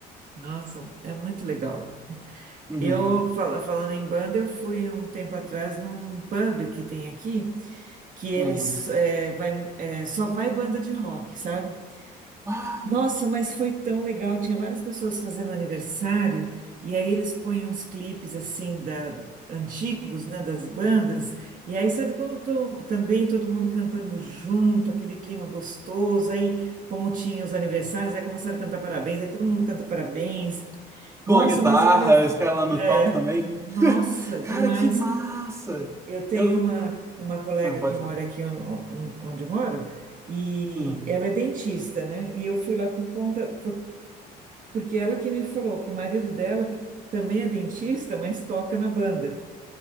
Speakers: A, on the right (about 50°); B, on the right (about 15°).
A: Nossa, é muito legal.
B: Uhum,
A: Eu, fala- falando em banda, eu fui um tempo atrás num pub que tem aqui, que eles
B: uhum.
A: eh, vai, eh, só vai banda de rock, sabe?
B: Ah,
A: Nossa, mas foi tão legal. Tinha várias pessoas fazendo aniversário e aí eles põem uns clipes assim da antigos, né, das bandas. E aí sabe quando tô, também todo mundo cantando junto, aquele clima gostoso. Aí como tinha os aniversários, aí começaram a cantar parabéns. Aí todo mundo canta parabéns.
B: com
A: Nossa,
B: a guitarra,
A: mas olha,
B: os caras lá no
A: é,
B: top também.
A: nossa,
B: <laughs> Cara,
A: demais.
B: que massa!
A: Eu tenho
B: Eu.
A: uma, uma colega
B: Ah, pode
A: que mora
B: falar.
A: aqui on- on- onde eu moro e
B: Uhum.
A: ela é dentista, né? E eu fui lá por conta, por- porque ela que me falou que o marido dela, que também é dentista, mas toca na banda.